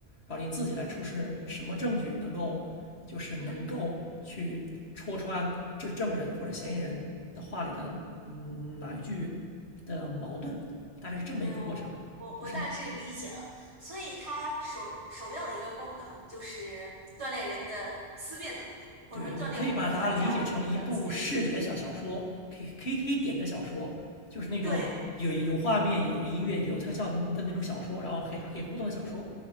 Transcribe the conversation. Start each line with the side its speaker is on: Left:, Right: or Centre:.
Left: 然后你自己来出示什么证据能够就是能够去戳穿这证人或者嫌疑人的话里的嗯哪一句的矛盾，
Right: 嗯，
Left: 大概是这么一个过程。
Right: 对，我我我大致理解了。
Left: 就是
Right: 所以它首首要的一个功能就是锻炼人的思辨能力嘛，或者说锻炼我玩家我的思辨能力。
Left: 对，你可以把它理解成一部视觉小小说，可以可以可以点的小说，就是那种有有画面、
Right: 对，
Left: 有音乐、有特效的那种小说，然后可以还可以互动的小说。